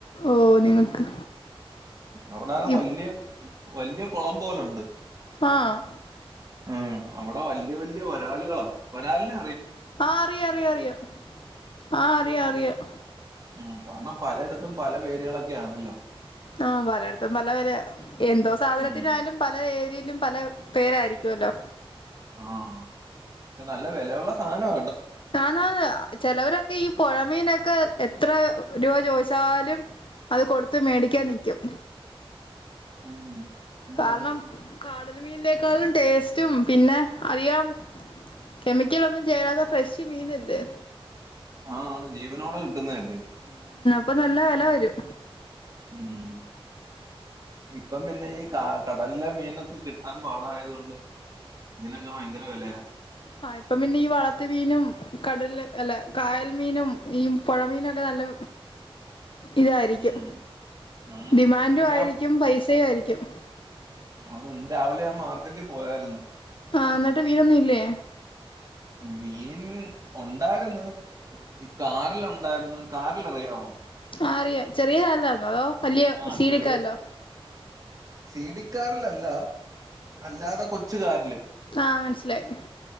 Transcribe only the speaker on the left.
ഓഹ് നിങ്ങക്ക്
ഇപ്
ആഹ്
ആ അറിയ അറിയ അറിയാം ആ അറിയാം
ആ പലേട്തും പല വെലയാ എന്തോ സാധനത്തിനായലും
പല ഏരീലും പല പേരായിരിക്കോല്ലോ
<unintelligible> ആന്നാ ന്ന് ചെലോരൊക്കെ ഈ പൊഴ മീനൊക്കെ എത്രാ രുവ ചോദിച്ചാലും അത് കൊടുത്ത് മേടിക്കാൻ നിക്കും
കാരണം
കാ കടല് മീനേകാളും ടേസ്റ്റും പിന്നെ അധികം കെമിക്കലൊന്നും ചേരാതെ ഫ്രഷ് മീനല്ലേ
ഇപ്പ ന്നല്ല വെലവെരും
ആ ഇപ്പം പിന്നെ ഈ വളർത്തുമീനും കടലിലെ അല്ല കായൽമീനും ഈ പൊഴമീനൊക്കെന്നല്ല ഇതായിരിക്കും
ഡിമാൻ്റുആയിരിക്കും
പൈസേയായിരിക്കും
ആ ന്നിട്ട് മീനൊന്നുല്ലേ
ആ അറിയാം ചെറിയ കാരലാർന്നോ അതോ വല്ല്യ
സി
വി കാരലോ
ആ മനസിലായ്-